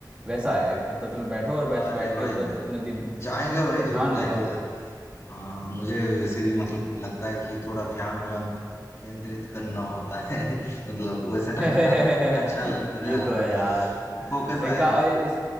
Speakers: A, on the right; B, on the left.
A: वैसा है मतलब तुम्हें बैठो और बस
B: अरे
A: बैठ
B: भाई
A: के मतलब
B: भाई
A: अपने दिम-
B: जाएंगे भाई जरूर
A: ध्यान
B: जाएंगे
A: लगाओ
B: उधर हाँ मुझे वैसे भी मतलब लगता है कि थोड़ा ध्यान व्यान केंद्रित करना होता है <laughs> मतलब वैसे
A: <laughs>
B: टाइप का अच्छा लगता
A: ये
B: है हाँ
A: तो है यार
B: फोकस
A: एक
B: आएगा
A: का ए- इस